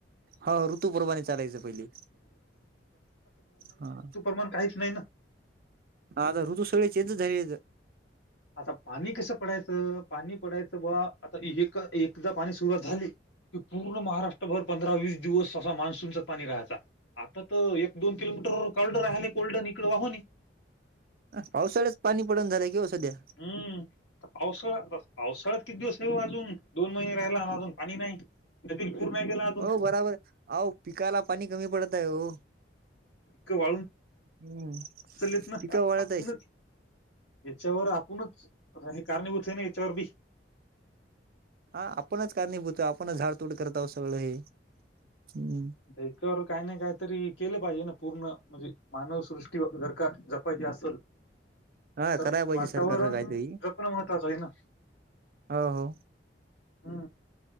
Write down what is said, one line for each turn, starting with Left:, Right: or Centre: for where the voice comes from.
Right: हो ऋतु प्रमाणे चालायचं पहिले, हा.
Left: त्यामानाने काहीच नाही नां.
Right: हा आता ऋतू सगळी चेंजच झालेत.
Left: आता पाणी कसं पडायचं, पाणी पडायचं बा आता हे एक एकदा पाणी सुरुवात झाली कि पूर्ण महाराष्ट्रभर पंधरा वीस दिवस असा मान्सूनचा पाणी राहायचा. आ ता तर एक दोन किलोमीटर कोल्ड
Right: हा.
Left: राहिले कोल्डनं इकडे वाहूनी
Right: आस पावसाळ्याचं पाणी पडन झालंय कि ओ सध्या.
Left: हम्म आता पावसाळा, पावसाळाच किती दिवस आहे ओ अजून? दोन महिने राहिला आणि अजून पाणी नाही. नदीत पूर नाही गेला अजून
Right: हो बराबर, आओ पिकाला पाणी कमी पडतंय हो.
Left: क वाळून.
Right: हम्म.
Left: चालेत ना,
Right: पिकं
Left: आ
Right: वाळत
Left: आपूनच
Right: आहे.
Left: याच्यावर आपूणच, र हे कारणीभूत आहे ना याच्यावर बी.
Right: हा आपणच कारणीभूत हाव, आपणच झाड तोड करत होव सगळे, हम्म.
Left: त हेच्यावर काही ना काही तरी केलं पाहिजे ना, पूर्ण म्हणजे मानवसृष्टी वर जर का जपायचीे असेल.
Right: हा
Left: तर
Right: कराय पाहिजे
Left: वातावरण
Right: सरकारने काहीतरी,
Left: जपणं महत्वाचं आहे ना
Right: हो हो
Left: हम्म.